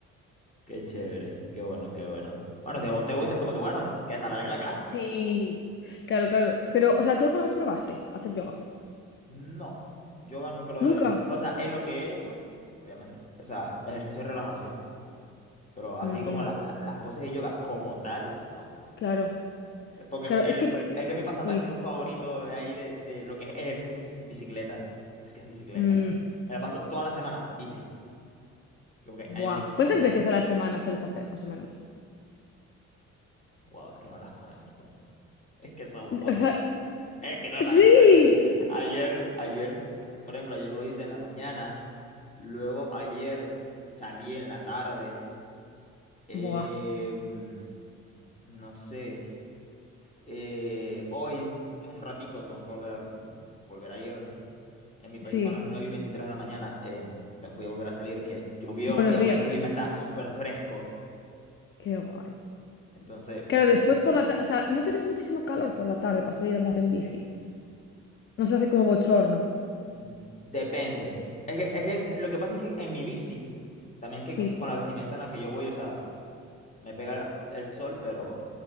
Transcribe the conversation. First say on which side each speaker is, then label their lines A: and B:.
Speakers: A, on the left; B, on the left.
A: Qué chévere, qué bueno, qué bueno. Bueno, si a vos te gusta, es como que bueno, que se alargue la clase.
B: Sí, claro, claro. Pero, o sea, ¿tú alguna vez probaste hacer yoga?
A: No, yoga nunca lo
B: ¿Nunca?
A: he... O sea, es lo que he hecho, obviamente. O sea, ejercicio de relajación. Pero así
B: Mm,
A: como la- la- las poses de yoga como tal, no.
B: claro.
A: Eh, Porque
B: Claro,
A: el,
B: es que parece-
A: es que mi pasatiempo
B: Sí.
A: favorito de ahí de, de lo que es ejercicio es bicicleta. Es que es bicicleta.
B: Mm,
A: Me la paso toda la semana, bici. Como que nadie
B: buah.
A: me lo quita.
B: ¿Cuántas veces a la semana sueles hacer, más o menos?
A: Wow, es que no las cuento. Es que son muchas.
B: O sea,
A: <laughs> Es que no
B: sí.
A: las cuento. Ayer, ayer, por ejemplo, ayer lo hice en la mañana. Luego ayer salí en la tarde. em,
B: Buah.
A: no sé. eh, hoy, en un ratico, tengo que volver a, volver a ir. En mi país
B: Sí.
A: son las 9 y 23 de la mañana. em, te- voy a volver a salir, que llovió
B: Buenos
A: y aún
B: días.
A: el clima está súper fresco.
B: Qué guay.
A: Entonces,
B: Claro,
A: como
B: después
A: que
B: por la tarde, o sea, no tienes muchísimo calor por la tarde para salir a andar en bici. No se hace como bochorno.
A: Mm, Depende. Es que, es que lo que pasa es que en mi bici, también es que
B: Sí.
A: con, con la vestimenta en la que yo voy, o sea, me pega el sol, pero